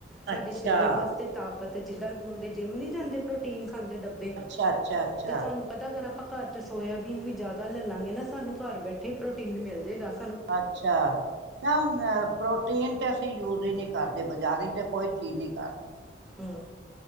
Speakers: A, in the centre; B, on the right.
A: ਸਾਡੇ
B: ਅੱਛਾ
A: ਸਰੀਰ ਵਾਸਤੇ ਤਾਕਤ ਜਿੱਦਾਂ ਮੁੰਡੇ ਜਿੰਮ ਨਹੀਂ ਜਾਂਦੇ ਪ੍ਰੋਟੀਨ ਖਾਂਦੇ ਡੱਬੇ
B: ਅ ਅੱਛਾ ਅੱਛਾ
A: ਤੇ ਤੁਹਾਨੂੰ ਪਤਾ ਅਗਰ ਆਪਾਂ ਘਰ ' ਸੋਇਆਬੀਨ ਵੀ ਜ਼ਿਆਦਾ ਲੈ ਲਾਂਗੇ ਨਾ ਸਾਨੂੰ ਘਰ ਬੈਠੇ ਹੀ ਪ੍ਰੋਟੀਨ ਮਿਲ ਜਾਏਗਾ
B: ਅੱਛਾ ਨਾ ਅ ਪ੍ਰੋਟੀਨ ਤੇ ਅਸੀ ਯੂਜ ਹੀ ਨਹੀਂ ਕਰਦੇ ਬਜ਼ਾਰ ਦੀ ਕੋਈ ਚੀਜ਼ ਨਹੀਂ ਕਰਦੇ
A: ਹੂੰ